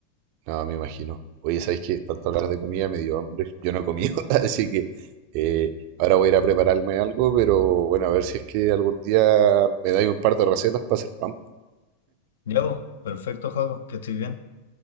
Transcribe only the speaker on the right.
no, me imagino. Oye, ¿sabéis que tanto hablar de comida me dio hambre? Yo no he comido, <laughs> así que eh, ahora voy a ir a prepararme algo, pero bueno, a ver si es que algún día me dais un par de recetas para hacer pan. po.